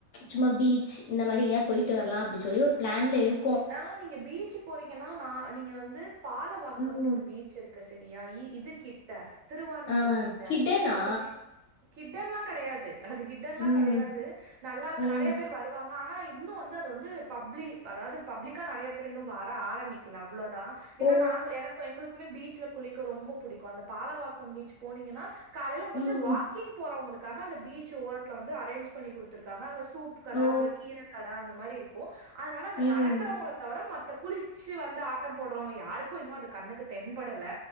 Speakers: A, on the left; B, on the right.
A: சும்மா பீச் இந்த மாரி எங்கயா போயிட்டு வரலா அப்டி சொல்லி ஒரு பிளான்ல இருக்
B: ஆஹ் நீங்க பீச் ச் போறீங்கன்னா நா நீங்க வந்து பாலவாக்கம்னு
A: ம்.
B: ஒரு பீச் இருக்கு ச சரியா இ இது கிட்ட திருவான்மியூர்
A: ஆ
B: கிட்ட
A: ஹிடனா?
B: அந்த பீ ஹிட்டன்லா கிடையாது அது ஹிட்டன்லா
A: ம்.
B: கிடையாது நல்லா
A: ம்.
B: நெறைய பேர் வருவாங்க ஆனா இன்னு வந்து அத வந்து பப்ளி அதாவது பப்ளிக்கா நிறைய பேர் இன்னு வர ஆரம்பிக்கலாம் அவ்ளோதா ஏன்னா
A: ஓ!
B: நாங்க எனக்கு எங்களுக்குமே பீ ச்ல குளிக்க ரொம்ப பிடிக்கும் அந்த பாலவாக்கம் பீச் போனீங்கன்னா காலைல அங்க
A: ம்.
B: வந்து வாக்கிங் போறவங்களுக்கு காக அந்த பீச் ஓரத்துல வந்து அரேஞ் பண்ணி குடுத்திருக்காங்க அங்க சூ சூப்பு கடை
A: ஓ!
B: அப்புற கீரை கடை அந்த மாரி இரு ஓ அதனால அங்க
A: ம்.
B: நட க்கறவங்கள தவிர மத்த குளிச்சு வந்து ஆட்டம் போடுறவங்க யாருக்கும் இன்னும் அது கண்ணுக்கு தென்படலை